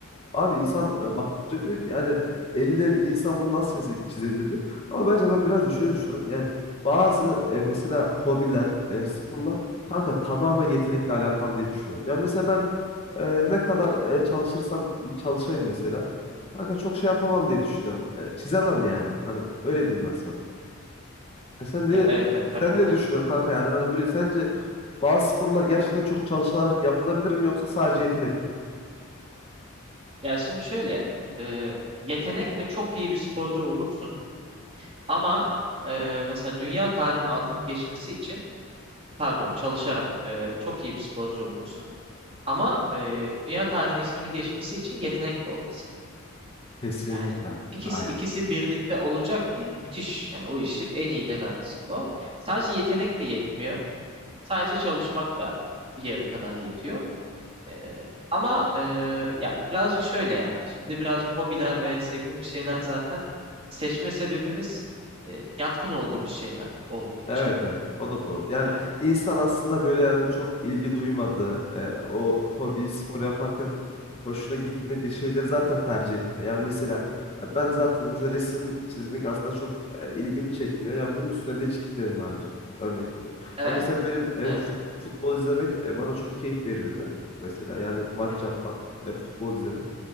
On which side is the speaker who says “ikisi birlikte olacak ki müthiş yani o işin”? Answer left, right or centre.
Right